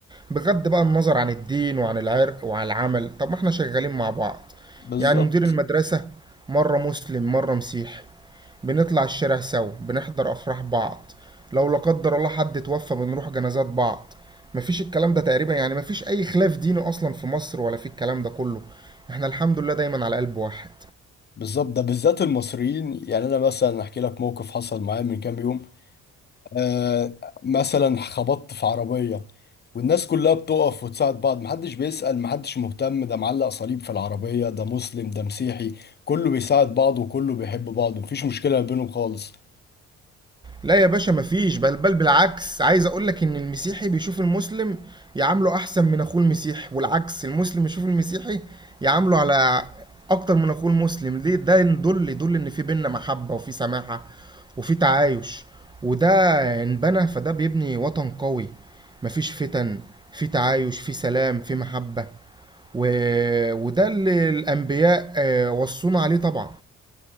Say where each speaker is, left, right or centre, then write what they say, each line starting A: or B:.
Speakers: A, on the right; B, on the left.
A: بغض بقى النظر عن الدين وعن العرق وعن العمل طب ما احنا شغالين مع بعض
B: بالظبط
A: يعني مدير المدرسه مره مسلم مره مسيحي بنطلع الشارع سوا بنحضر أفراح بعض لو لا قدر الله حد اتوفى بنروح جنازات بعض مفيش الكلام ده تقريبا يعني مفيش أي خلاف ديني أصلا في مصر ولا في الكلام ده كله احنا الحمد لله دايما على قلب واحد
B: بالظبط ده بالذات المصريين يعني انا مثلا احكي لك موقف حصل معايا من كام يوم آه مثلا خبطت في عربيه والناس كلها بتقف وتساعد بعض محدش بيسأل محدش مهتم ده معلق صليب في العربيه ده مسلم ده مسيحي كله بيساعد بعض وكله بيحب بعض مفيش مشكله ما بينهم خالص
A: لا يا باشا مفيش بل بل بالعكس عايز اقولك ان المسيحي بيشوف المسلم يعامله احسن من اخوه المسيحي والعكس المسلم يشوف المسيحي يعامله على اكتر من اخوه المسلم ليه ده يدل يدل ان في بينا محبة وفي سماحة وفي تعايش وده انبنى فده بيبني وطن قوي مفيش فتن في تعايش في سلام في محبة و... وده اللي الانبياء آه، وصونا عليه طبعا